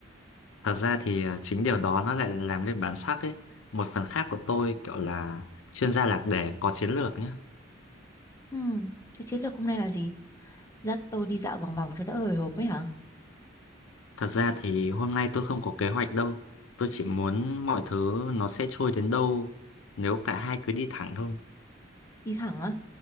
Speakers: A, on the left; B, on the left.
A: Thật ra thì ờ, chính điều đó nó lại làm nên bản sắc ấy. Một phần khác của tôi kiểu là chuyên gia lạc đề có chiến lược nhé.
B: Ừ, thế chiến lược hôm nay là gì? Dắt tôi đi dạo vòng vòng cho đỡ hồi hộp ấy hả?
A: Thật ra thì hôm nay tôi không có kế hoạch đâu. Tôi chỉ muốn mọi thứ nó sẽ trôi đến đâu nếu cả hai cứ đi thẳng thôi.
B: Đi thẳng á?